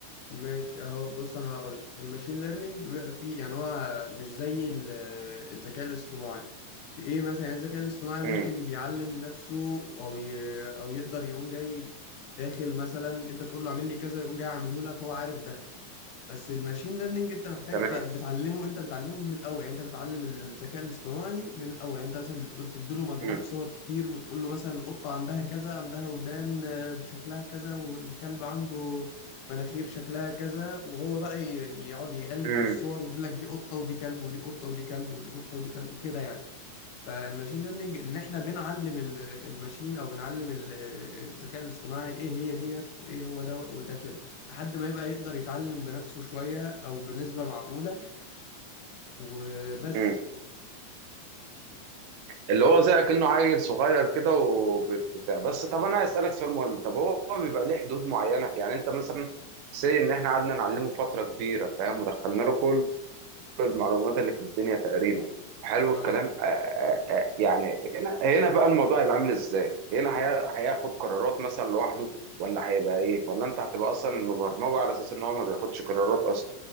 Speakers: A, on the left (about 80°); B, on the right (about 80°).
A: ماشي اهو بص انا هقول الماشين ليرنينج بيبقى فيه يعني هو مش زي ال- الذكاء الاصطناعي في ايه مثلا يعني الذكاء الاصطناعي ممكن
B: امم
A: بيعلم نفسه او ي... او يقدر يقوم جاي داخل مثلا انت تقول له اعمل لي كذا يقوم جاي عامله لك هو عارف ده بس الماشين ليرنينج انت محتاج
B: تمام
A: ت- بتعلمه انت بتعلمه من الاول يعني انت بتعلم الذكاء الاصطناعي من الاول يعني انت مثلا بتقول تديله مجموعه
B: امم
A: صور كتير وتقول له مثلا القطه عندها كذا عندها ودان آه، بشكلها كذا والكلب عنده مناخير شكلها كذا وهو بقى ي- يقعد يقلب
B: امم
A: في الصور ويقول لك دي قطه ودي كلب ودي قطه ودي كلب ودي قطه ودي كلب وكده يعني فالماشين ليرنينج ان احنا بنعلم ال- الماشين او بنعلم ال- الذكاء الاصطناعي ايه هي ديت وايه هو ده وده كده لحد ما يبقى يقدر يتعلم بنفسه شوية او بنسبة معقولة وبس
B: امم اللي هو زي كأنه عيل صغير كده وبتاع بس طب انا عايز اسالك سؤال مهم طب هو بيبقى ليه حدود معينه يعني انت مثلا سي ان احنا قعدنا نعلمه فتره كبيره فاهم ودخلنا له كل المعلومات اللي في الدنيا تقريبا حلو
A: اه
B: الكلام آه آه آه يعني هنا هنا بقى الموضوع هيبقى عامل ازاي هنا هي- هياخد قرارات مثلا لوحده ولا هيبقى ايه ولا انت هتبقى اصلا مبرمجه على اساس ان هو ما بياخدش قرارات اصلا